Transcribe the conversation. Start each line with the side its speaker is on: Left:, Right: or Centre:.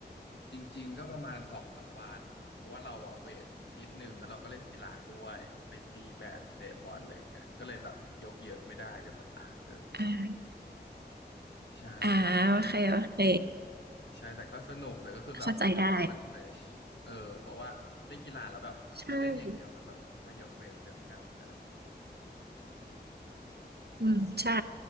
Left: จริงๆก็ประมาณสองสามวันเพราะว่าเราอะเวทนิดนึงแล้วเราก็เล่นกีฬาด้วยไปตีแบดเตะบอลอะไรอย่างเงี้ยก็เลยแบบยกเยอะไม่ได้เดี๋ยวมันล้าเกิน
Right: อ่า
Left: ใช่
Right: อ่าโอเคโอเค
Left: ใช่แต่ก็สนุกแต่ก็คือแบบพอยกแล้วมันเฟรชเออเพราะว่าเล่นกีฬาแล้วแบบถ้าเล่นอย่างเดียวมันต้องมายกเวทเสริมกล้ามเนื้ออะไร
Right: เข้าใจได้ใช่อืมใช่